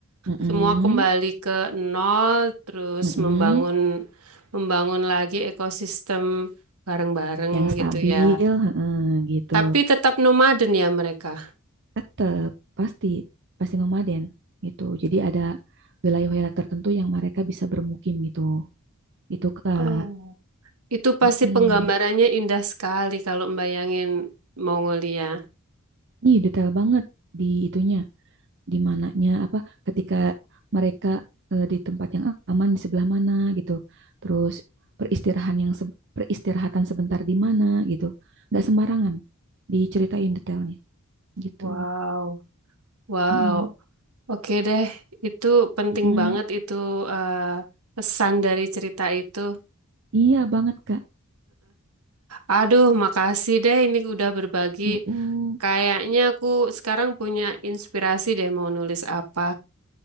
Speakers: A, on the right; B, on the right.
A: Mm-mm.
B: semua kembali ke nol, terus
A: Mm-mm.
B: membangun membangun lagi ekosistem bareng-bareng
A: Yang stabil,
B: gitu ya.
A: heeh, gitu.
B: Tapi tetap nomaden ya mereka.
A: tetap pasti pasti nomaden gitu. Jadi ada wilayah-wilayah tertentu yang mereka bisa bermukim gitu. Gitu, Kak.
B: Oh. Itu pasti
A: Mm-mm.
B: penggambarannya indah sekali kalau membayangin Mongolia.
A: Ih, detail banget di itunya, di mananya apa ketika mereka eh, di tempat yang aman di sebelah mana gitu. Terus peristirahan yang se- peristirahatan sebentar di mana gitu. Nggak sembarangan diceritain detailnya gitu.
B: Wow. Wow.
A: Mm-mm,
B: Oke deh, itu penting
A: mm-mm.
B: banget itu eh, pesan dari cerita itu.
A: Iya banget, Kak.
B: Aduh, makasih deh ini udah berbagi.
A: Mm-mm.
B: Kayaknya aku sekarang punya inspirasi deh mau nulis apa.